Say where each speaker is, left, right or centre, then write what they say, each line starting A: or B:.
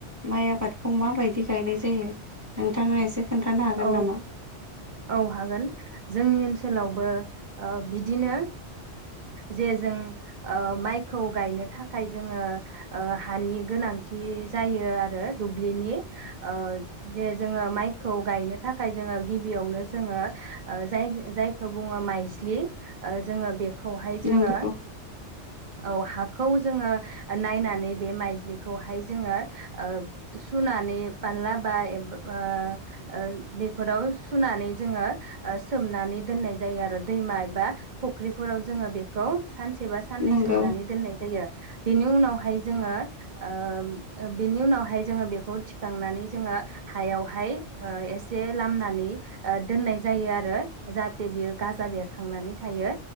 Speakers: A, on the right; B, on the right.
A: माइ आबादखौ माबायदि गायनाय जायो। नोंथाङा एसे खोन्थानो हागोन
B: औ
A: नामा?
B: औ हागोन जोंनि ओनसोलावबो ओ बिदिनो जे जों ओ माइखौ गायनो थाखाय जोङो ओ हानि गोनांथि जायो आरो दुब्लिनि ओ जे जोङो माइखौ गायनो थाखाय जोङो गिबि गिबियावनो जोङो ओ जाय-जायखौ बुङो मायज्लि ओ जोङो बे खौहाय जोङो
A: नंगौ
B: औ हा खौ जोङो नायनानै बे माइज्लिखौहाय जोङो ओ सुनानै फारला बा एबा ओ बेफोराव सुनानै जोङो ओ सोमनानै दोननाय जायो आरो दैमा एबा फुख्रिफोराव जोङो बेखौ सानसे बा साननै
A: नंगौ
B: सोमनानै दोननाय जायो। बेनि उनावहाय जोङो ओ बेनि उनावहाय जोङो बेखौ थिखांनानै जोङो हायावहाय ओ एसे लामनानै ओ दोननाय जायो आरो जाहाथे बियो गाजा बेरखांनानै थायो।